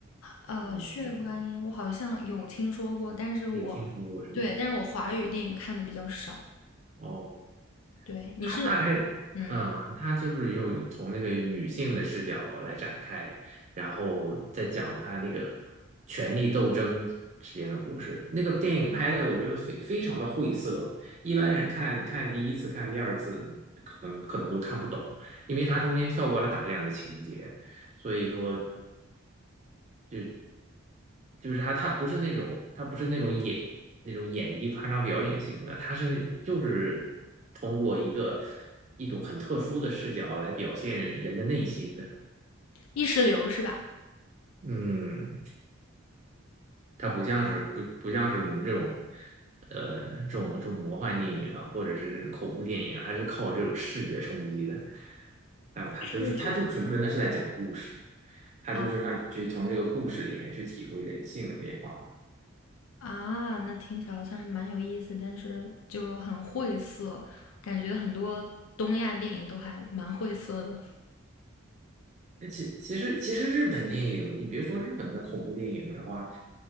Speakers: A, on the left (about 85°); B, on the right (about 35°).
A: 呃，
B: 你有没有
A: 《血观音》我好像有听说过，但是我
B: 有听说过是吗？
A: 对，但是我华语电影看的比较少。
B: 哦。
A: 对，你是
B: 他大概，
A: 嗯
B: 嗯，他就是用从那个女性的视角来展开，然后再讲他那个权力斗争之间的故事。那个电影拍的，我觉得非非常的晦涩，一般人看看第一次、看第二次，可能可能都看不懂，因为它中间跳过了大量的情节，所以说就就是他他不是那种他不是那种演那种演绎夸张表演型的，他是就是通过一个一种很特殊的视角来表现人的内心的。
A: 意识流是吧？
B: 嗯，它不像是不不像是我们这种，呃，这种这种魔幻电影啊，或者是恐怖电影啊，它是靠这种视觉冲击的。还有它就是它就纯纯的是在讲故事，
A: 视觉。
B: 它就是让你去从这个故事里面去体会人性的变化。
A: 啊。啊，那听起来好像还蛮有意思，但是就很晦涩，感觉很多东亚电影都还蛮晦涩的。
B: 那其其实其实日本电影，你别说日本的恐怖电影的话，